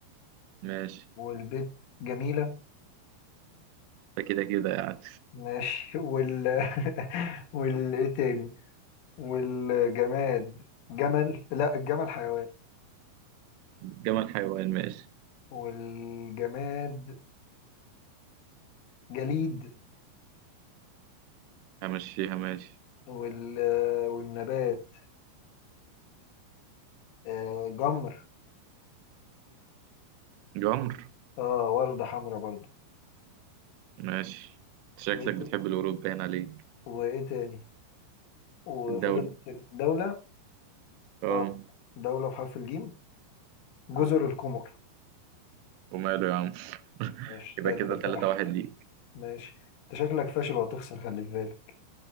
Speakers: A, on the right; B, on the left.
A: ماشي
B: والبيت جميلة
A: ده كده كده يعني
B: ماشي وال <laughs> وال ايه تاني والجماد جمل لا الجمل حيوان
A: جمال حيوان ماشي
B: والجماد جليد
A: همشيها ماشي
B: وال والنبات آه، جمر
A: جمر
B: اه وردة حمراء برضو
A: ماشي شكلك
B: وايه تاني
A: بتحب القرود باين عليك
B: وايه تاني وفضل
A: الدولة
B: إيه تاني دولة
A: اه
B: اه دولة بحرف الجيم جزر
A: اه
B: القمر
A: وماله يا عم <laughs>
B: ماشي
A: يبقى
B: كده
A: كده
B: تلاتة
A: تلاتة
B: واحد.
A: واحد ليك
B: ماشي انت شكلك فاشل وهتخسر خلي في بالك